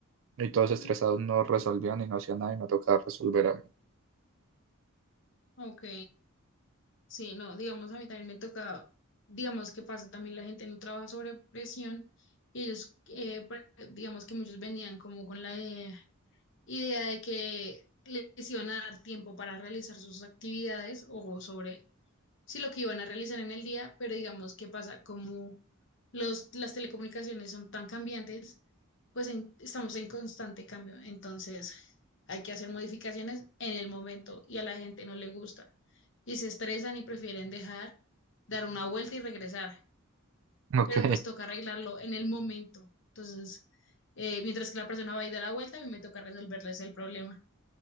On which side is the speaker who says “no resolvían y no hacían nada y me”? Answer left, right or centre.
Right